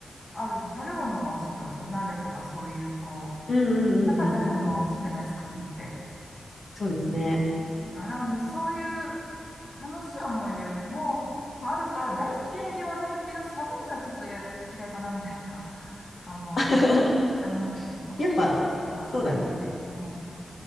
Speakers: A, on the left; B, on the left.
A: ある、食べ物が美味しいとか、そう、鍋とかそういう、こう、
B: うんうん。
A: 高い食べ物が美味しいじゃないですか、
B: うんうんうんうんうん。
A: 冬って。
B: そうですね。
A: まあ、なので、そういう楽しい思い出も、まあ、あるから、大嫌いではないけど、寒いのはちょっとや嫌いかな、みたいな、<laughs> あの、
B: <laughs>
A: ありますかね。こう、
B: やっぱ、
A: 天気が、
B: そうなんですね。
A: はい、うん、